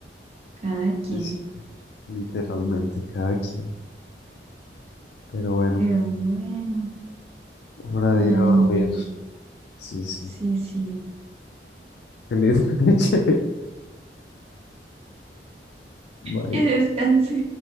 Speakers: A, on the right (about 35°); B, on the left (about 70°).
A: cada quien.
B: <laughs> Literalmente cada quien. Pero bueno,
A: Pero bueno,
B: hora
A: hora
B: de ir a dormir.
A: de mimir.
B: Sí, sí.
A: Sí, sí.
B: Feliz noche. <laughs> Bye.
A: Que descanse.